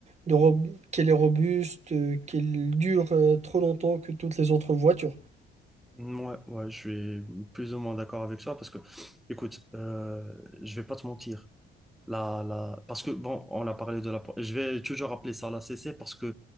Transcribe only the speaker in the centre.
Ouais, ouais, je suis plus ou moins d'accord avec toi parce que, écoute, euh, je vais pas te mentir. La, la... Parce que, bon, on a parlé de la... Je vais toujours appeler ça la CC parce que